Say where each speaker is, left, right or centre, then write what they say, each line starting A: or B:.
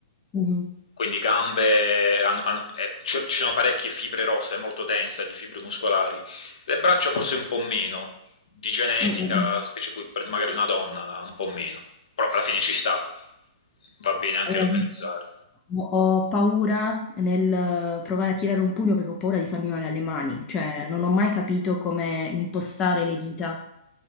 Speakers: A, on the left (about 20°); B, on the left (about 75°).
A: Mh-mh.
B: Quindi gambe, hanno- hanno- eh, c'è- ci sono parecchie fibre rosse, è molto densa di fibre muscolari. Le braccia forse un po' meno, di genetica,
A: Mh, mh, mh.
B: specie poi per magari una donna un po' meno, però alla fine ci sta, va bene anche
A: Hai ragione.
B: localizzare.
A: Ho ho paura nel provare a tirare un pugno perché ho paura di farmi male alle mani, cioè non ho mai capito come impostare le dita.